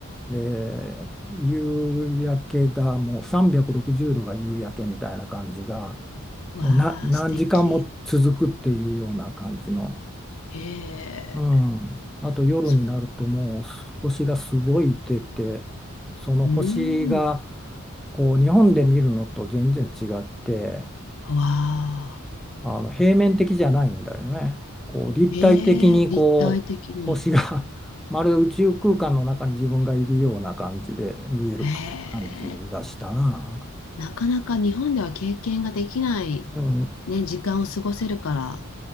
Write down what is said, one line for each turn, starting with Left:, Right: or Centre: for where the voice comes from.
Centre: で夕焼けがもう360度が夕焼けみたいな感じが
Left: わあ、
Centre: もうな何時間も続くっていうような感じの、
Left: 素敵。ええ、
Centre: うん、あと夜になるともう星がすごい出てその星が
Left: そう。うん。
Centre: こう日本で見るのと全然違って。
Left: わあ、
Centre: あの平面的じゃないんだよね。こう立体的にこう星が
Left: ええ、立体的に。
Centre: <laughs> まるで <laughs> 宇宙空間の中に自分がいるような感じで見える感じがしたな。
Left: ええ。なかなか日本では経験ができない、
Centre: うん、
Left: ね、時間を過ごせるから